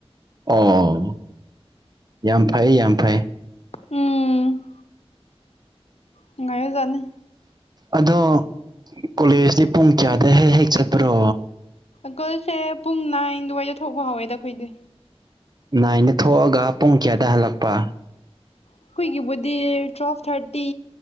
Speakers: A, on the right; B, on the left.
A: ꯑꯣ ꯌꯥꯝ ꯐꯩ ꯌꯥꯝ ꯐꯩ
B: ꯎꯝ ꯅꯨꯡꯉꯥꯏꯔꯖꯥꯠꯅꯤ
A: ꯑꯗꯣ ꯀꯣꯂꯦꯖꯇꯤ ꯄꯨꯡ ꯀꯌꯥꯗ ꯍꯦꯛ ꯍꯦꯛ ꯆꯠꯄ꯭ꯔꯣ
B: ꯑꯪꯀꯜꯁꯦ ꯄꯨꯡ ꯅꯥꯏꯟ ꯑꯗꯨꯋꯥꯏꯗ ꯊꯧꯕ ꯍꯧꯋꯦꯗ ꯑꯩꯈꯣꯏꯗꯤ
A: ꯅꯥꯏꯟꯗ ꯊꯣꯛꯑꯒ ꯄꯨꯡ ꯀꯌꯥꯗ ꯍꯜꯂꯛꯄ
B: ꯑꯩꯈꯣꯏꯒꯤꯕꯨꯗꯤ ꯇ꯭ꯋꯦꯜ ꯊꯥꯔꯇꯤ